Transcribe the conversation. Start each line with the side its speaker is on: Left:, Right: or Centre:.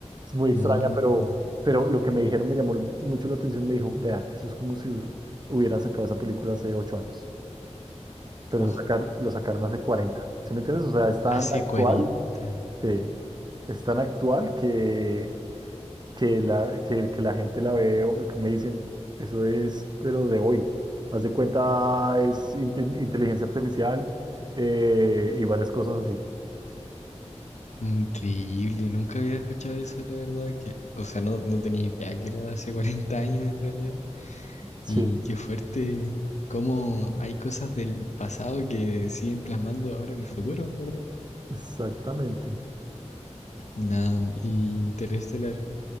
Right: Es muy extraña,
Left: Mm.
Right: pero, pero lo que me dijeron me llamó mucho la atención, me dijo, vea, eso es como si hubieran sacado esa película hace ocho años, pero
Left: oh,
Right: lo, sacaron lo sacaron hace 40, ¿sí me entiendes? O sea, es tan
Left: Hace
Right: actual,
Left: cuarenta
Right: sí, es tan actual que que la, que, que la gente la ve, o que me dicen, eso es, pero de hoy. Haz de cuenta, es inte- inteligencia artificial eh, y varias cosas así.
Left: Increíble, nunca había escuchado eso, la verdad que, o sea, no, no tenía idea que era hace cuarenta años en realidad.
Right: Sí,
Left: Y qué fuerte, cómo hay cosas del pasado que siguen plasmando ahora en el futuro, en ¿verdad?
Right: exactamente.
Left: Nada, y Interestelar,